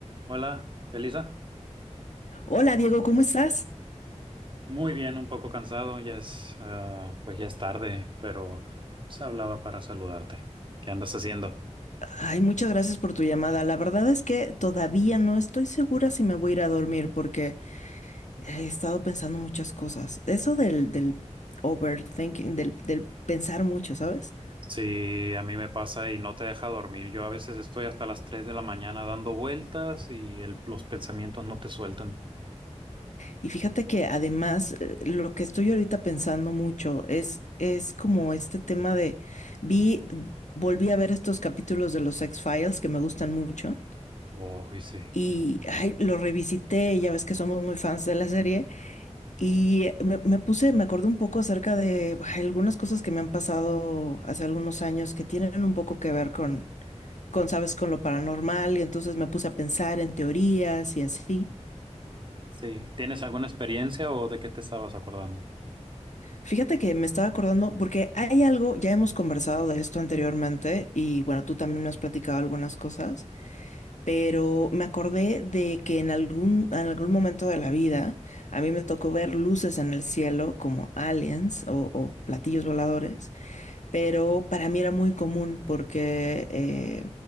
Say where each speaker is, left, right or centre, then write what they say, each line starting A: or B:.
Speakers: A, on the right; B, on the left.
A: Hola, Elisa.
B: Hola Diego, ¿cómo estás?
A: Muy bien, un poco cansado, ya es, ah, pues ya es tarde, pero se hablaba para saludarte. ¿Qué andas haciendo?
B: Ay, muchas gracias por tu llamada. La verdad es que todavía no estoy segura si me voy a ir a dormir porque he estado pensando muchas cosas. Eso del, del overthinking, del, del pensar mucho, ¿sabes?
A: Sí, a mí me pasa y no te deja dormir. Yo a veces estoy hasta las 3 de la mañana dando vueltas y el- los pensamientos no te sueltan.
B: Y fíjate que además eh, lo que estoy ahorita pensando mucho es, es como este tema de, vi, volví a ver estos capítulos de los X-Files que me gustan mucho.
A: Oh, y sí.
B: y ay, lo revisité, ya ves que somos muy fans de la serie, y eh, me, me puse, me acordé un poco acerca de ay, algunas cosas que me han pasado hace algunos años que tienen un poco que ver con, con, sabes, con lo paranormal, y entonces me puse a pensar en teorías y así.
A: Sí, ¿tienes alguna experiencia o de qué te estabas acordando?
B: Fíjate que me estaba acordando, porque hay algo, ya hemos conversado de esto anteriormente, y bueno, tú también me has platicado algunas cosas. pero me acordé de que en algún, en algún momento de la vida a mí me tocó ver luces en el cielo como aliens o, o platillos voladores pero para mí era muy común porque eh,